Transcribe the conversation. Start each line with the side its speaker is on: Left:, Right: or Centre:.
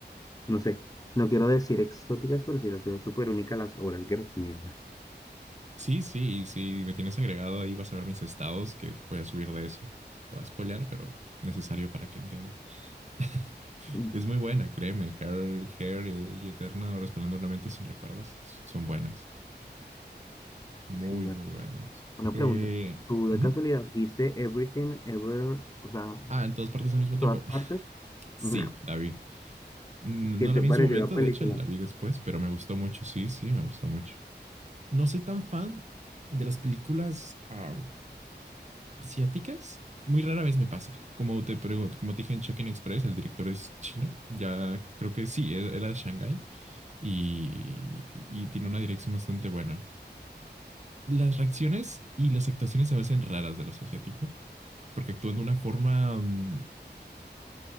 Left: no sé, no quiero decir exóticas, pero sí las veo súper únicas las obras que recomiendas.
Right: Sí, sí, y si me tienes agregado ahí vas a ver mis estados que voy a subir de eso. Te va a spoilear, pero necesario para que entiendas. <laughs>
Left: Mm,
Right: Es muy buena, créeme. Hair, Hair y, y Eterno Resplandor de una mente sin recuerdos s- son buenas. Muy,
Left: Sí, bueno.
Right: muy buenas.
Left: Una
Right: Eh,
Left: pregunta. ¿Tú de
Right: ujú.
Left: casualidad viste Everything Ever, o sea,
Right: Ah, en todas partes al mismo tiempo.
Left: todas partes?
Right: <laughs> Sí,
Left: <laughs>
Right: la vi. N- No
Left: ¿Qué te
Right: la vi
Left: pareció
Right: en su momento,
Left: la película?
Right: de hecho, la vi después, pero me gustó mucho. Sí, sí, me gustó mucho. No soy tan fan de las películas. ah, asiáticas, muy rara vez me pasa. Como te pregunto, como te dije en Check-in Express, el director es chino. Ya creo que sí, e- era de Shanghái y, y tiene una dirección bastante buena. Las reacciones y las actuaciones se me hacen raras de los asiáticos, porque actúan de una forma, mm,